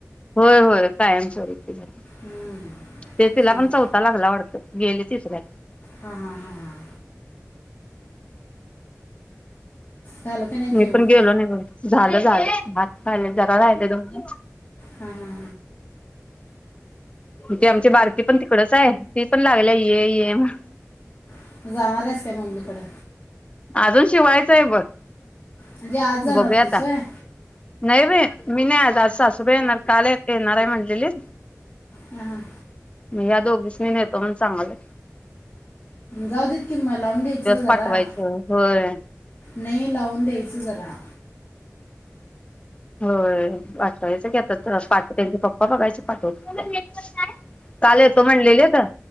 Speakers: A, on the left; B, on the left.
A: होय होय कायमस्वरूपी झाल,
B: हम्म,
A: ते तिला
B: चांगलं
A: पण चौथा लागला वाडतं. गेले तिसऱ्यात
B: हां हां हां हां झालं का नाही जेवण
A: मी पण गेलो नाय बघ, झालं झालं भात खायलोय जरा राहिलय दोन
B: हां हां
A: मं ती आमची बारकी पण तिकडंच हाय ती पण लागल्या ये ये म्ह
B: हां जाणार आहेस काय मम्मीकडं?
A: आजून शिवायचंय बग
B: म्हणजे आज जाणार
A: बघूया
B: होतीस
A: आता
B: वय
A: नाई बई मी नाय आज आज सासूबाई येणार काल ए येणार हाय म्हणलेलीत.
B: हं हं
A: ह्या दोघी स्नी नेतो म्हणून सांगायलात.
B: जाऊ देत कि मला लावून द्यायचं ग जरा
A: पाठवायचं होय
B: नाही लावून द्यायचं जरा
A: होय पाठवायचं की आता पाठ त्यांचे पप्पा बघायचे पाठवत का आता काल येतो म्हणलेलीता